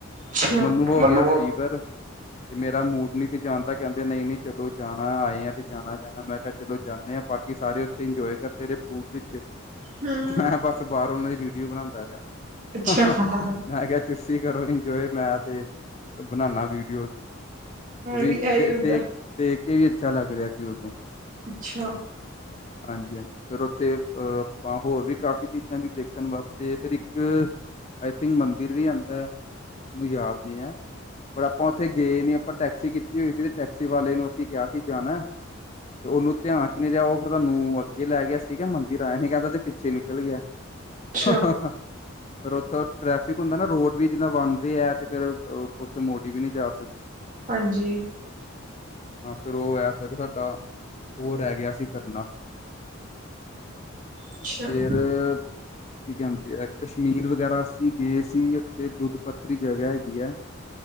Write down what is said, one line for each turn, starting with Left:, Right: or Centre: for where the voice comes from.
Right: ਅੱਛਾ
Left: ਮੈਨੂੰ ਹੋ
Right: ਉਹ
Left: ਪਰ ਮੇਰਾ ਮੂਡ ਨੀ ਸੀ ਜਾਣਦਾ ਕਹਿੰਦੇ, ਨਹੀਂ-ਨਹੀਂ ਚਲੋ ਜਾਣਾ, ਆਏ ਆ ਤੇ ਜਾਣਾ-ਜਾਣਾ ਮੈਂ। ਚਲੋ ਜਾਂਦੇ ਹਾਂ, ਬਾਕੀ ਸਾਰੇ ਉੱਥੇ ਇੰਜੋਏ ਕਰਦੇ ਰਹੇ ਪੂਲ ਵਿੱਚ
Right: ਹਮ
Left: ਮ ਬਸ ਬਾਰ ਉਹਨਾਂ ਦੀ ਵੀਡੀਓ ਬਣਾਉਂਦਾ ਰਿਹਾ,
Right: ਅੱਛਾ
Left: ਹ-ਹ
Right: ਹਮ
Left: ਮੈਂ ਕਿਹਾ ਚਸੀ ਕਰੋ ਇੰਜੋਏ ਮੈਂ ਤੇ ਬਨਾਨਾ ਵੀਡੀਓ ਕਿਉਂਕਿ
Right: ਵੀ
Left: ਇਥੇ
Right: ਇਹੀ ਹੁੰਦਾ
Left: ਤੇ-ਤੇ ਦੇਖ ਕੇ ਵੀ ਅੱਛਾ ਲਗ ਰਹਾ ਸੀ ਓਦੋਂ।
Right: ਅੱਛਾ।
Left: ਹਾਂਜੀ-ਹਾਂਜੀ। ਫਿਰ ਉੱਥੇ ਅਹ ਆਪਾਂ, ਹੋਰ ਵੀ ਕਾਫ਼ੀ ਚੀਜ਼ਾਂ ਦੀ ਦੇਖਣ ਵਾਸਤੇ ਫਿਰ ਇੱਕ ਆਈ ਥਿੰਕ ਮੰਦਿਰ ਵੀ ਆਉਂਦਾ, ਮੈਨੂੰ ਯਾਦ ਨਹੀਂ ਹੈ। ਪਰ ਆਪਾਂ ਉੱਥੇ ਗਏ ਨੀ ਆਪਾਂ ਟੈਕਸੀ ਕੀਤੀ ਹੋਈ ਸੀ ਤੇ ਟੈਕਸੀ ਵਾਲੇ ਨੂੰ ਅਸੀਂ ਕਿਹਾ ਸੀ ਜਾਣਾ। ਤੇ ਉਨੂੰ ਧਿਆਨ ਚ ਨਹੀਂ ਰਿਹਾ, ਉਹ ਫਿਰ ਸਾਨੂੰ ਅੱਗੇ ਲੈ ਗਿਆ ਸੀਗਾ, ਮੰਦਿਰ ਆਇਆ ਨੀ ਕਹਿੰਦਾ ਤੇ ਪਿੱਛੇ ਨਿਕਲ ਗਿਆ।
Right: ਅੱਛਾ
Left: ਹਾ-ਹਾ, ਫਿਰ ਉਥੋਂ ਟ੍ਰੈਫਿਕ ਹੁੰਦਾ ਨਾ ਰੋਡ ਵੀ ਜਿੱਨਾ ਬਨਦੇ ਹੈ ਤੇ ਫਿਰ ਉੱਥੇ ਮੋੜੀ ਵੀ ਨਹੀਂ ਜਾ ਸਕਦੀ
Right: ਹਾਂਜੀ।
Left: ਹਾਂ, ਫਿਰ ਉਹ ਐ ਕਿ ਸਾਡਾ ਉਹ ਰਹਿ ਗਿਆ ਸੀ ਕਰਨਾ
Right: ਅੱਛਾ
Left: ਫਿਰ ਕੀ ਕਹਿੰਦੇ ਕਸ਼ਮੀਰ ਵਗੈਰਾ ਅਸੀਂ ਗਏ ਸੀ, ਉੱਥੇ ਦੁੱਧ ਪੱਥਰੀ ਜਗ੍ਹਾ ਹੈਗੀ ਹੈ।